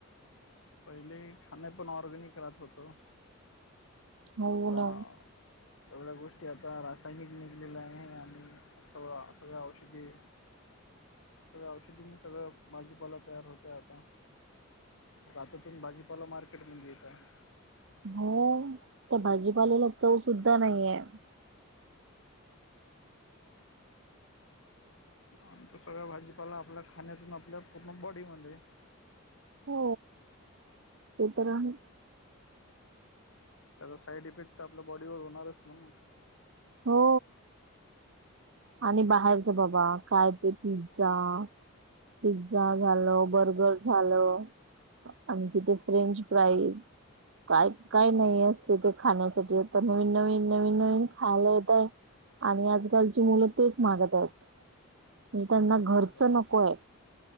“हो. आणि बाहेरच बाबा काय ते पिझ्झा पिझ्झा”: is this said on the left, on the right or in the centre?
Right